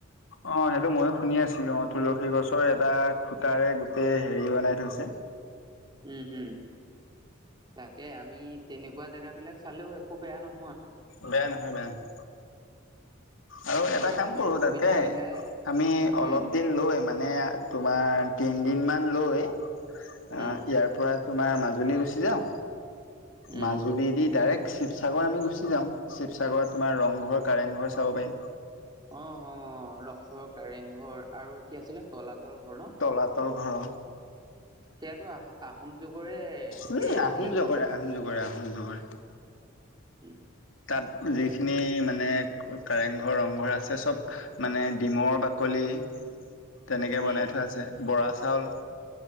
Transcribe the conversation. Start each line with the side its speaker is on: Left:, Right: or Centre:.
Left: অ সেইটো ময়ো শুনি আছিলো অ তুলসী গছৰ এটা খুটাৰে গোটেই হেৰি বনাই থৈছে।
Right: উম, উম তাকে আমি তেনেকুৱা জেগাবিলাক চালেও একো বেয়া নহয়।
Left: বেয়া নহয়, বেয়া নহয়। আৰু
Right: তাকে
Left: এটা কাম
Right: সময়
Left: কৰো
Right: সুবিধা
Left: তাতকে
Right: মিলাই
Left: আমি অলপ
Right: উম
Left: দিন লৈ মানে ম তোমাৰ তিন দিন মান লৈ ইয়াৰ
Right: উম
Left: পৰা তোমাৰ মাজুলী গুচি যাও,
Right: উম
Left: মাজুলী দি ডাইৰেক্ট শিৱসাগৰ আমি গুচি যাও, শিৱসাগৰত তোমাৰ ৰংঘৰ, কাৰেংঘৰ চাব পাৰিম।
Right: অহ ৰংঘৰ, কাৰেংঘৰ আৰু কি আছিলে তলাতল ঘৰ ন'।
Left: তলাতল ঘৰ।
Right: সেইয়াতো আহ-আহোম যুগৰে
Left: উম
Right: হেৰি আছিলে
Left: আহোম
Right: ন'।
Left: জগৰে আহোম জগৰে আহোম জগৰে
Right: <inaudible>
Left: তাত যিখিনি খিনি মানে কাৰেংঘৰ, ৰংঘৰ আছে। চব মানে ডিমৰ বাকলি
Right: <inaudible>
Left: তেনেকে বনাই
Right: উম
Left: থোৱা আছে, বৰা চাউল।